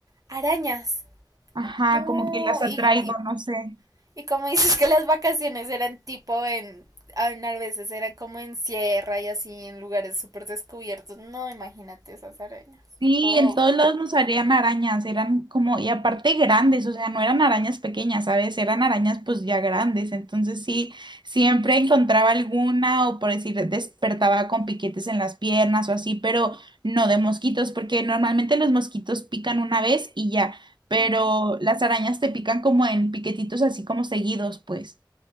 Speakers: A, on the right; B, on the right.
A: Arañas.
B: Ajá,
A: No,
B: como que las atraigo,
A: y, y
B: no sé.
A: Y como dices que las vacaciones eran tipo en, en a veces eran como en sierra y así en lugares súper descubiertos, no imagínate esas arañas.
B: Sí,
A: Oh.
B: en todos lados nos salían arañas, eran como, y aparte grandes, o sea, no eran arañas pequeñas, ¿sabes? Eran arañas pues ya grandes, entonces sí, siempre encontraba alguna o por decir, despertaba con piquetes en las piernas o así, pero no de mosquitos, porque normalmente los mosquitos pican una vez y ya, pero
A: Ujú.
B: las arañas te pican como en piquetitos así como seguidos, pues.